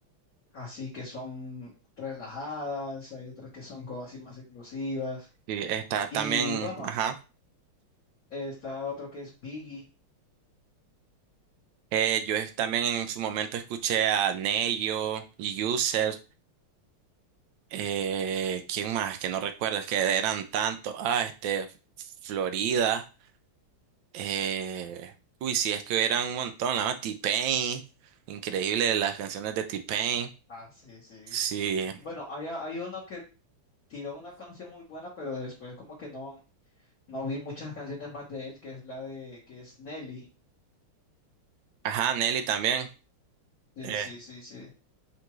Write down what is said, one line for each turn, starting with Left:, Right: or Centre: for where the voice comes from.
Left: así que son relajadas, hay otras que son como así más explosivas.
Right: Y está también,
Left: Y bueno,
Right: ajá,
Left: está otro que es Biggie.
Right: eh, yo es- también en su momento escuché a Neyo, User, eh, ¿quién más? Que no recuerdo, es que eran tantos, ah, este, Florida, eh, uy, sí, es que eran un montón, la verdad, T-Pain, increíble las canciones de T-Pain,
Left: Ah, sí, sí.
Right: sí,
Left: Bueno, hay, hay uno que tiró una canción muy buena, pero después como que no, no vi muchas canciones más de él, que es la de, que es Nelly.
Right: ajá, Nelly también,
Left: Sí,
Right: eh,
Left: sí, sí, sí.